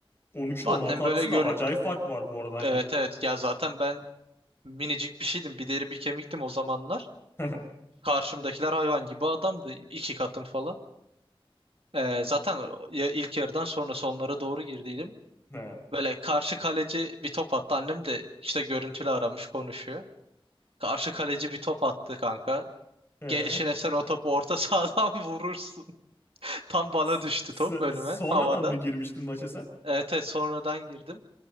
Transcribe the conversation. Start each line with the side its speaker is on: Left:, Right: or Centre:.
Left: 13 ile
Right: Annem
Left: 16 arasında
Right: böyle görüntü...
Left: acayip fark var bu arada hani.
Right: Evet evet ya zaten ben minicik bir şeydim. Bir deri bir kemiktim o zamanlar.
Left: <laughs>
Right: Karşımdakiler hayvan gibi adamdı. iki katım falan. Ee, zaten o- ya ilk yarıdan sonra sonlara doğru girdiydim.
Left: He.
Right: Böyle karşı kaleci bir top attı. Annem de işte görüntülü aramış konuşuyor. Karşı kaleci bir top attı kanka.
Left: He.
Right: Gelişine sen o topu orta sahadan <laughs> vurursun. Tam bana
Left: S-
Right: düştü
Left: s-
Right: top önüme
Left: sonradan
Right: havada.
Left: mı girmiştin maça sen?
Right: Evet, evet sonradan girdim.